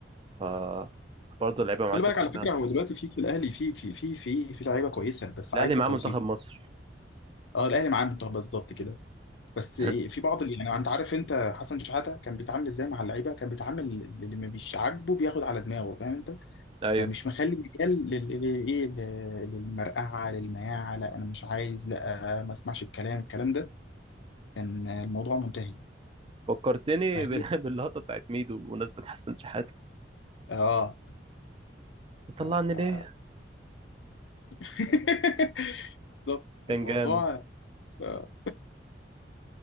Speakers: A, on the right; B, on the left.
A: ف برضه اللعيبه معاه
B: خلي
A: كانت
B: بالك على
A: مساعدة
B: فكره هو دلوقتي في في الاهلي في في في في في لعيبه كويسه بس
A: الاهلي
B: عايزه
A: معاه
B: توظيف
A: منتخب مصر
B: اه الاهلي معاه منتخب بالظبط كده بس
A: <laughs>
B: في بعض اللي يعني انت عارف انت حسن شحاته كان بيتعامل ازاي مع اللعيبه كان بيتعامل اللي ما بيش عاجبه بياخد على دماغه فاهم انت؟
A: ايوه
B: فمش مخلي مجال لل- للايه لل- للمرقعه للمياعه لا انا مش عايز لا ما اسمعش الكلام الكلام ده كان الموضوع منتهي
A: فكرتني
B: فهي
A: بال- <laughs> باللقطة بتاعت ميدو بمناسبة حسن شحاتة
B: اه
A: بتطلعني
B: ف- ف-
A: ليه؟
B: <laughs> بالظبط
A: كان
B: الموضوع
A: جامد
B: آه